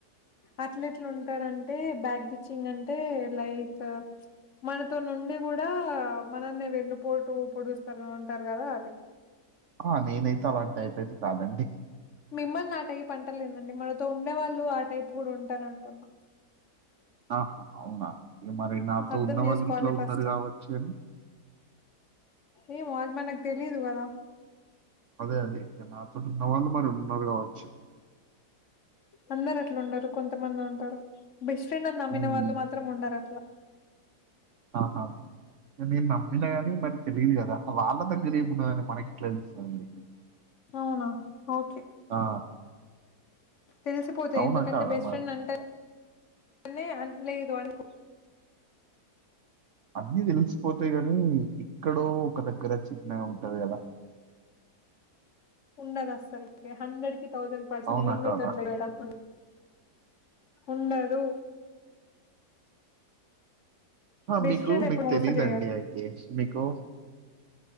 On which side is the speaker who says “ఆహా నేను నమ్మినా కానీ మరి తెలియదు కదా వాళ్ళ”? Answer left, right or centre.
Right